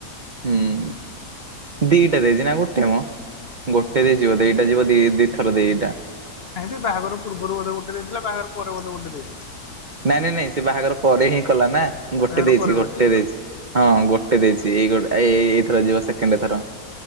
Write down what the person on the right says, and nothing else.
ହୁଁ ଦିଟା ଦେଇଚି ନା, ଗୋଟେ ମ, ଗୋଟେ ଦେଇଚି ବୋଧେ ଏଇଟା ଯିବ ଦି ଦିଥର ଦିଇଟା।
ନାଇଁ, ନାଇଁ, ନାଇଁ ସେ ବାହାଘର ପରେ ହିଁ କଲା ନାଁ, ଗୋଟେ
ଦେଇଚି
ଗୋଟେ
ଦେଇଚି। ହଁ ଗୋଟେ ଦେଇଚି, ଏଇଗଟ ଏଇ ଏଇଥର ଯିବ ସେକେଣ୍ଡ ଥର।